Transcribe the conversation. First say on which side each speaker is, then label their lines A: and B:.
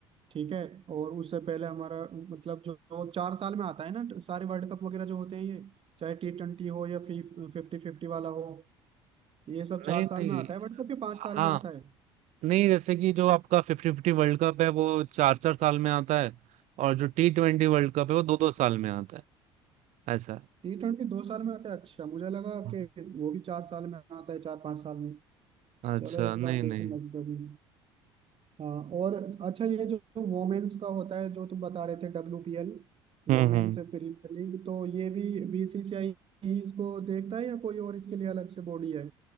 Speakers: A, on the right; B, on the right.
A: ठीक है और उससे पहले हमारा मतलब जो, जो चार साल में आता है ना सारे वर्ल्ड कप वगैरह जो होते हैं ये चाहे टी ट्वेंटी हो या फिफ्टी फिफ्टी वाला हो ये सब चार
B: नहीं
A: साल
B: नहीं
A: में आता है वर्ल्ड कप ये पाँच साल
B: हाँ
A: में आता है
B: नहीं जैसे कि जो आपका फिफ्टी फिफ्टी वर्ल्ड कप है वो चार चार साल में आता है और जो टी ट्वेंटी वर्ल्ड कप है वो दो दो साल में आता है ऐसा
A: टी ट्वेंटी दो साल में आता है अच्छा मुझे लगा
B: है।
A: कि वो भी चार साल में आता है चार पाँच साल में
B: अच्छा
A: चलो एक
B: नहीं
A: बार
B: नहीं
A: देखूंगा इसका भी हाँ और अच्छा ये जो वोमेन्स का होता है जो तुम बता रहे थे W P L women's
B: हम्म हम्म
A: premier league तो ये भी बीसीसीआई ही इसको देखता है या कोई और इसके लिए अलग से बॉडी है